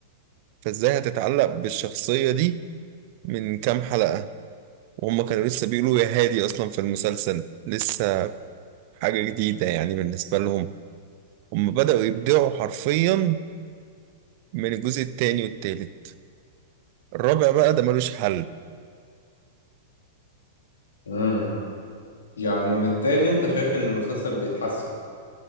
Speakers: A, on the right; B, on the left.
A: فازاي هتتعلق بالشخصية دي من كام حلقة وهم كانوا لسه بيقولوا يا هادي أصلا في المسلسل لسه حاجة جديدة يعني بالنسبة لهم هم بدأوا يبدعوا حرفيا من الجزء التاني والتالت الرابع بقى ده ملوش حل
B: امم يعني من التاني انت شايف ان المسلسل بيتحسن